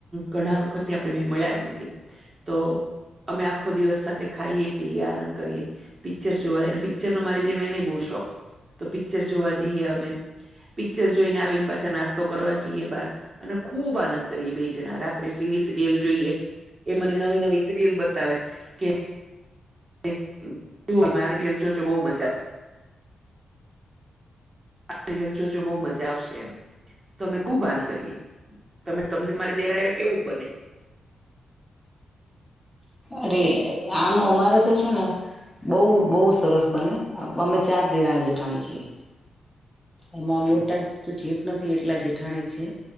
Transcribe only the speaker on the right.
ઘણા વખતથી આપણે બે મળ્યા જ નથી તો અમે આખો દિવસ સાથે ખાઈએ પીએ આનંદ કરીએ. પિક્ચર જોવા અને પિક્ચરનો મારી જેમ એને બહુ શોખ તો પિક્ચર જોવા જઈએ અમે. પિક્ચર જોઈને આવીને પાછા નાસ્તો કરવા જઈએ બાર અને ખુબ આનંદ કરીએ બે જણા રાત <unintelligible> સિરયલ જોઈએ એ મને નવી નવી સિરયલ બતાવે કે <unintelligible> જો જો બો મજા સીરીયલ જો જો બહુ મજા આવશે એમ. તમે કુબાન કરીએ તમે તમને મારી દેરાણી હારે કેવું બને?
હમ